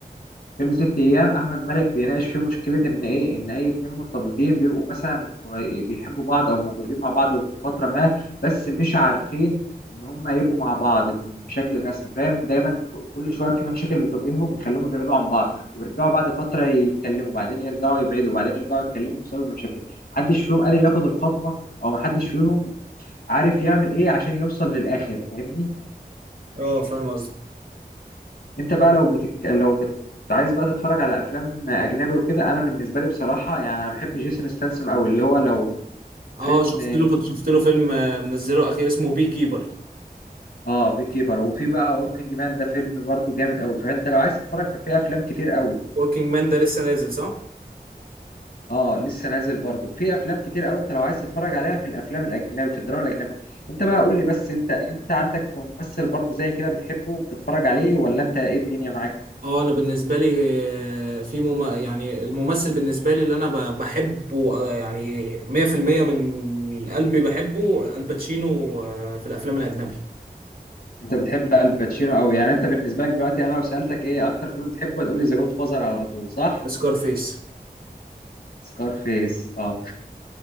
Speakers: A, on the left; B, on the right.
A: فيلم ست ايام احمد مالك بيناقش فيه مشكله ان ايه ان اي اتنين مرتبطين بيبقوا مثلا قري- بيحبوا بعض او موجودين مع بعض في فتره ما بس مش عارفين ان هم يبقوا مع بعض بشكل رسمي فاهم دايما ك- كل شويه في مشاكل بتواجههم يخليهم يبعدوا عن بعض ويرجعوا بعد فتره يتكلموا وبعدين يرجعوا يبعدوا وبعدين يرجعوا يتكلموا بسبب المشاكل محدش فيهم قادر ياخد الخطوه او محدش فيهم عارف يعمل ايه عشان يوصل للاخر فاهمني
B: اه فاهم قصدك
A: انت بقى
B: طب
A: لو بتك... لو بت... عايز بقى تتفرج على افلام اجنبي وكده انا بالنسبه لي بصراحه يعني انا بحب جيسون ستانسم قوي اللي هو لو فيلم
B: اه شفت له كنت شفت له فيلم آه، منزله اخير اسمه بي كيبر
A: اه بي كيبر وفي بقى وركينج مان ده فيلم برضو جامد قوي فانت لو عايز تتفرج ففي افلام كتير قوي
B: وركينج مان ده لسه نازل صح
A: اه لسه نازل برضو في افلام كتير قوي انت لو عايز تتفرج عليها في الافلام الاجنبي في الدراما الاجنبي انت بقى قول لي بس انت انت عندك ممثل برضو زي كده بتحبه وبتتفرج عليه ولا انت ايه الدنيا معاك
B: اه انا بالنسبه لي آه، في مم... يعني الممثل بالنسبه لي اللي انا ب- بحبه آه، يعني 100% من قلبي بحبه الباتشينو آه، في الافلام الاجنبي
A: انت بتحب الباتشينو قوي يعني انت بالنسبه لك دلوقتي انا لو سالتك ايه اكتر فيلم بتحبه هتقول لي ذا جود فازر على طول صح
B: سكارفيس
A: سكار فيس اه